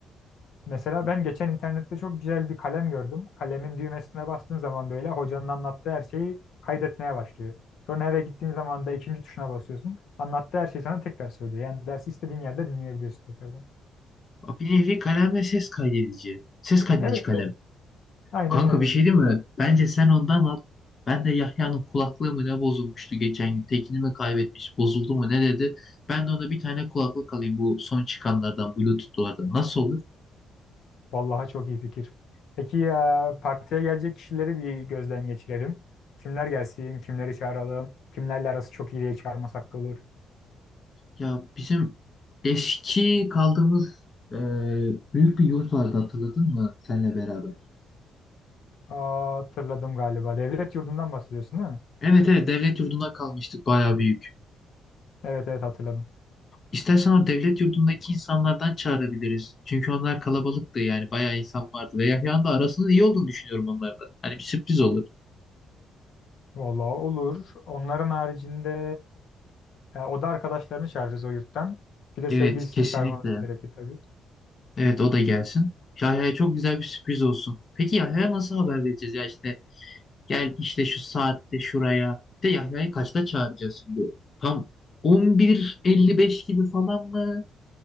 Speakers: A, on the left; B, on the left.
A: Mesela ben geçen internette çok güzel bir kalem gördüm. Kalemin düğmesine bastığın zaman böyle hocanın anlattığı her şeyi kaydetmeye başlıyor. Sonra eve gittiğin zaman da ikinci tuşuna basıyorsun. Anlattığı her şeyi sana tekrar söylüyor. Yani dersi istediğin yerde dinleyebiliyorsun tekrardan.
B: Bir nevi kalem ve ses kaydedici. Ses kaydedici
A: Evet
B: kalem.
A: evet. Aynen
B: Kanka
A: öyle.
B: bir şey değil mi? Bence sen ondan al. Ben de Yahya'nın kulaklığı mı ne bozulmuştu geçen gün. Tekini mi kaybetmiş, bozuldu mu ne dedi. Ben de ona bir tane kulaklık alayım bu son çıkanlardan, Bluetooth'lardan. Nasıl olur?
A: Vallahi çok iyi fikir. Peki ya partiye gelecek kişileri bir gözden geçirelim. Kimler gelsin, kimleri çağıralım, kimlerle arası çok iyi diye çağırmasak da olur.
B: Ya bizim eski kaldığımız e, büyük bir yurt vardı hatırladın mı senle beraber?
A: Aa, hatırladım galiba. Devlet yurdundan bahsediyorsun değil mi?
B: Evet evet devlet yurduna kalmıştık bayağı büyük.
A: Evet evet hatırladım.
B: İstersen o devlet yurdundaki insanlardan çağırabiliriz. Çünkü onlar kalabalıktı yani bayağı insan vardı. Ve Yahya'nın da arasının iyi olduğunu düşünüyorum onlarla. Hani bir sürpriz olur.
A: Vallahi olur. Onların haricinde e, o da arkadaşlarını çağırırız o yurttan. Bir de
B: Evet
A: sevgilisini
B: kesinlikle.
A: çağırmamız gerekir tabii.
B: Evet o da gelsin. Yahya'ya çok güzel bir sürpriz olsun. Peki Yahya'ya nasıl haber vereceğiz ya işte gel işte şu saatte şuraya. Bir de Yahya'yı kaçta çağıracağız şimdi? Tam 11.55 gibi falan mı?